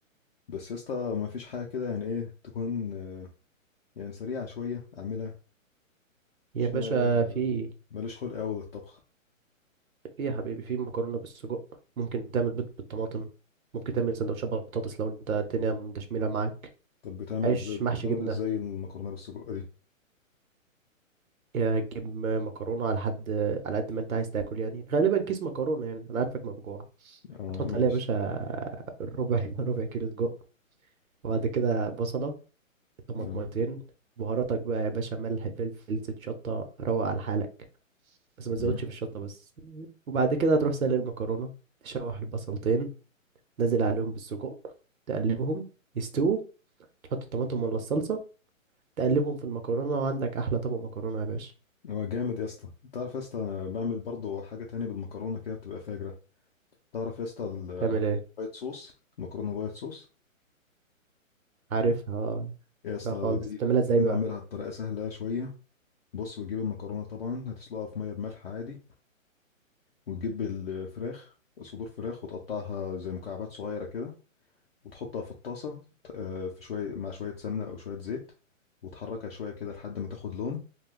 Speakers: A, on the left; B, on the right.
A: بس يا اسطى ما فيش حاجه كده يعني ايه تكون آه، يعني سريعه شويه اعملها
B: يا
A: عشان
B: باشا
A: انا ما-
B: في
A: ماليش خلق قوي للطبخ
B: في يا حبيبي في مكرونة بالسجق ممكن تعمل بيض بالطماطم ممكن تعمل سندوتشات بطاطس لو انت الدنيا مدشملة معاك
A: طب بتعمله
B: عيش
A: ازاي بتعمل
B: محشي جبنة
A: ازاي المكرونه بالسجق دي
B: يا هتجيب م- مكرونة على حد على قد ما انت عايز تاكل يعني غالبا كيس مكرونة يعني انا عارفك ما بجوع
A: اه
B: هتحط
A: ماشي
B: عليها يا باشا ربع <laughs> ربع كيلو سجق وبعد كده بصلة طماطميتين
A: اه
B: بهاراتك بقى يا باشا ملح فلفل زيت شطة روق على حالك بس ما تزودش
A: امم
B: في الشطة بس وبعد كده هتروح سلق المكرونة تشوح البصلتين نزل عليهم بالسجق تقلبهم يستووا تحط الطماطم ولا الصلصة تقلبهم في المكرونة وعندك أحلى طبق مكرونة يا باشا
A: هو جامد يا اسطى تعرف يا اسطى أنا بعمل برضه حاجه تانية بالمكرونه كده بتبقى فاجره تعرف يا اسطى الوايت
B: بتعمل ايه؟
A: صوص المكرونه الوايت صوص
B: عارفها اه
A: يا اسطى
B: بقى خالص
A: دي
B: بتعملها ازاي
A: دايما
B: بقى
A: بعملها بطريقه سهله شويه بص بتجيب المكرونه طبعا هتسلقها في ميه بملح عادي وتجيب الفراخ صدور فراخ وتقطعها زي مكعبات صغيره كده وتحطها في الطاسه آه، في شويه مع شويه سمنه او شويه زيت وتحركها شويه كده لحد ما تاخد لون